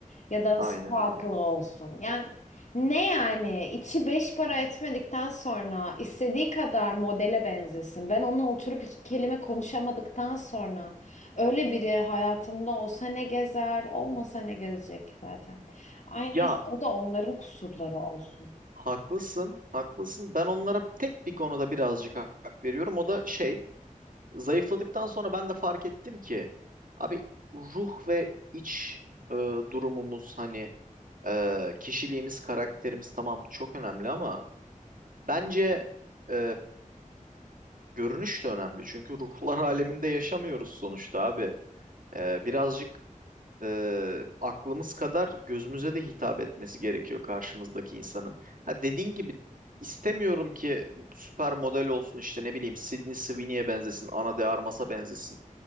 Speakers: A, on the left; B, on the right.
A: Ya da
B: Aynen
A: spatula
B: öyle.
A: olsun. Yani ne yani içi beş para etmedikten sonra istediği kadar modele benzesin. Ben onunla oturup iki kelime konuşamadıktan sonra öyle biri hayatımda olsa ne gezer, olmasa ne gezecek zaten. Ay
B: Ya
A: neyse o da onların kusurları olsun.
B: haklısın, haklısın. Ben onlara tek bir konuda birazcık hak veriyorum. O da şey, zayıfladıktan sonra ben de fark ettim ki abi ruh ve iç e, durumumuz hani e, kişiliğimiz, karakterimiz tamam çok önemli ama bence e, görünüş de önemli. Çünkü ruhlar <laughs> aleminde yaşamıyoruz sonuçta abi. E, birazcık e, aklımız kadar gözümüze de hitap etmesi gerekiyor karşımızdaki insanın. Ha dediğin gibi istemiyorum ki süper model olsun işte ne bileyim Sydney Sweeney'e benzesin, Ana de Armas'a benzesin.